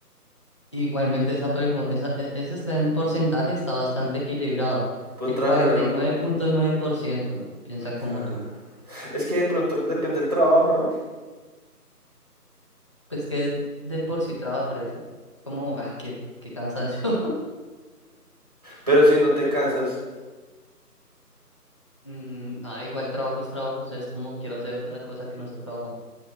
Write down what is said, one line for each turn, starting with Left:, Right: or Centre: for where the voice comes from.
Left: Igualmente esa pregunta, esa, e- ese está en porcentaje está bastante equilibrado.
Right: Puedo
Left: El
Right: trabajar
Left: cuarenta
Right: a lo
Left: y nueve
Right: que me...
Left: nueve punto nueve por ciento piensa como
Right: Claro.
Left: tú.
Right: Es que de pronto depende del trabajo, ¿no?
Left: Pues que de por sí trabajar es como, ah, qué, qué cansancio.
Right: Pero si no te cansas,
Left: Mm, ah, igual trabajo es trabajo, o sea, es como quiero hacer otra cosa que no sea trabajo.